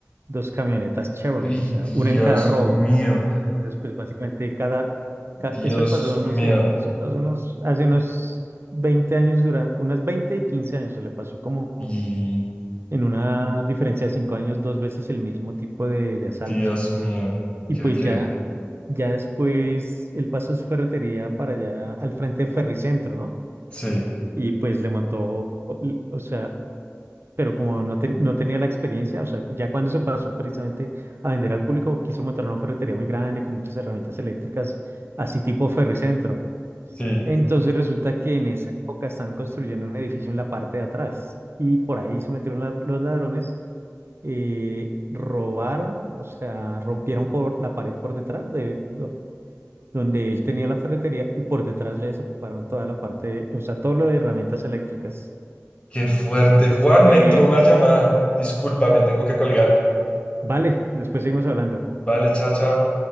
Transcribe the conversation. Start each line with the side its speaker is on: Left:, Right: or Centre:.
Right: dos camionetas Chevrolet,
Left: Y
Right: o sea,
Left: Dios
Right: una en cada robo.
Left: mío,
Right: Entonces, pues básicamente cada, ca-
Left: Dios
Right: eso le pasó, no
Left: mío,
Right: sé, eso le pasó unos, hace unos 20 años, durante, unas 20 y 15 años, le pasó como
Left: y
Right: en una diferencia de 5 años, dos veces el mismo tipo de, de asalto.
Left: Dios mío,
Right: Y
Left: que,
Right: pues
Left: que,
Right: ya, ya después él pasó su ferretería para allá al frente de Ferricentro, ¿no?
Left: sí,
Right: Y pues le montó, o o sea, pero como no, ten- no tenía la experiencia, o sea, ya cuando se pasó precisamente a vender al público, quiso montar una ferretería muy grande con muchas herramientas eléctricas, así tipo Ferricentro.
Left: sí,
Right: Entonces resulta que en esa época estaban construyendo un edificio en la parte de atrás y por ahí se metieron la- los ladrones, eh, robaron, o sea, rompieron por la pared por detrás de... do- donde él tenía la ferretería y por detrás le desocuparon toda la parte, o sea, todo lo de herramientas eléctricas.
Left: qué fuerte.
Right: Ese
Left: Juan,
Right: fue-
Left: me entró una llamada. Discúlpame, tengo que colgar.
Right: Vale, después seguimos hablando.
Left: Vale, chao, chao.